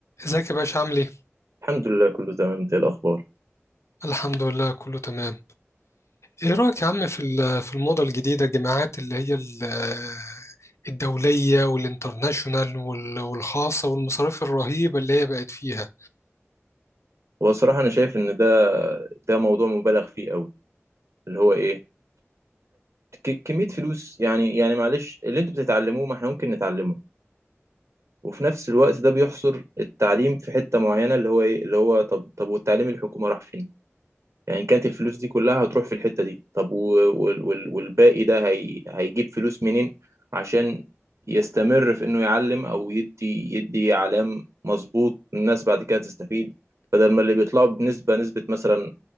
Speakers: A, on the left (about 70°); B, on the right (about 70°).
A: ازيك يا باشا عامل ايه؟
B: الحمد لله كله تمام انت ايه الاخبار
A: الحمد لله كله تمام. ايه رأيك يا عم في ال- في الموضة الجديدة الجامعات اللي هي ال- الدولية والانترناشونال وال- والخاصة والمصاريف الرهيبة اللي هي بقت فيها.
B: هو الصراحه انا شايف ان ده ده موضوع مبالغ فيه قوي اللي هو ايه ك- كميه فلوس يعني يعني معلش اللي انتوا بتتعلموه ما احنا ممكن نتعلمه وفي نفس الوقت ده بيحصر التعليم في حته معينه اللي هو ايه اللي هو طب طب والتعليم الحكومه راح فين يعني إن كانت الفلوس دي كلها هتروح في الحتة دي طب و- وال- وال- والباقي ده هي هيجيب فلوس منين عشان يستمر في انه يعلم او يدي يدي اعلام مظبوط الناس بعد كده تستفيد بدل ما اللي بيطلعوا بنسبة نسبة مثلا